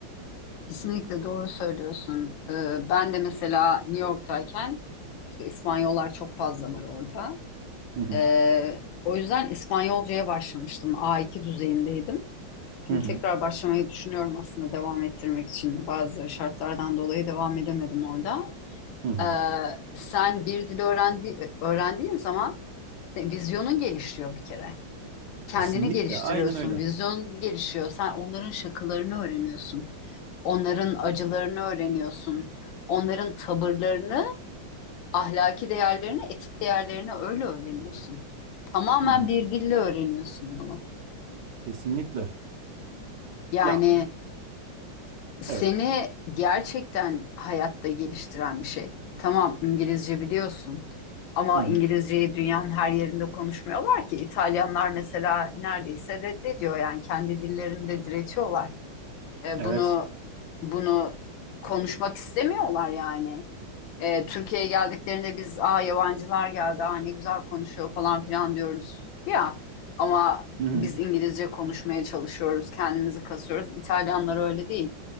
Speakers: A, on the left; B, on the right.
A: Kesinlikle doğru söylüyorsun. Ee, ben de mesela New York'tayken İşte İspanyollar çok fazla var orada.
B: Hı hı.
A: Ee, o yüzden İspanyolcaya başlamıştım. A2 düzeyindeydim. Şimdi
B: Hı hı.
A: tekrar başlamayı düşünüyorum aslında devam ettirmek için. Bazı şartlardan dolayı devam edemedim orada.
B: Hı hı.
A: Ee, sen bir dil öğrendi, öğrendiğin zaman senin vizyonun gelişiyor bir kere. Kendini
B: Kesinlikle.
A: geliştiriyorsun,
B: Aynen öyle.
A: vizyon gelişiyor. Sen onların şakalarını öğreniyorsun. Onların acılarını öğreniyorsun. Onların tavırlarını ahlaki değerlerini, etik değerlerini öyle öğreniyorsun. Tamamen
B: Hı hı.
A: bir dille öğreniyorsun bunu.
B: Kesinlikle.
A: Yani
B: Ya
A: seni
B: Evet.
A: gerçekten hayatta geliştiren bir şey. Tamam İngilizce biliyorsun ama
B: Hı hı.
A: İngilizceyi dünyanın her yerinde konuşmuyorlar ki. İtalyanlar mesela neredeyse reddediyor yani kendi dillerinde diretiyorlar. E,
B: Evet.
A: bunu bunu konuşmak istemiyorlar yani. E, Türkiye'ye geldiklerinde biz aa yabancılar geldi aa ne güzel konuşuyor falan filan diyoruz ya ama
B: Hı hı.
A: biz İngilizce konuşmaya çalışıyoruz kendimizi kasıyoruz İtalyanlar öyle değil